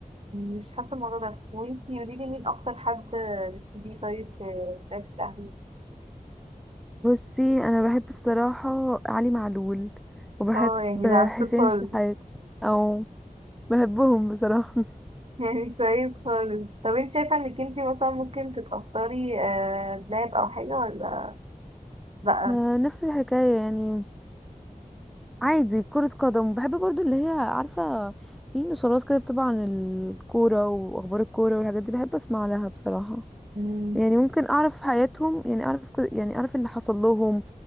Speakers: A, on the right; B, in the centre.
A: مش حاسه الموضوع ده وانتي قولي لي مين اكتر حد بتحبيه طيب في في الاهلي
B: بصي انا بحب بصراحة علي معلول وبحب
A: اه يعني ده عسول
B: حسين
A: خالص
B: شحات او بحبهم بصراحة
A: <laughs> يعني كويس خالص طب انت شايفه انك انتي مثلا ممكن تتاثري آه، بلعب او حاجه ولا لا
B: <laughs> آه، نفس الحكاية يعني عادي كرة قدم بحب برضو اللي هي عارفة في نشرات كده بتبقى عن الكورة وأخبار الكورة والحاجات دي بحب أسمع لها بصراحة
A: مم.
B: يعني ممكن أعرف حياتهم يعني أعرف كل- يعني أعرف اللي حصل لهم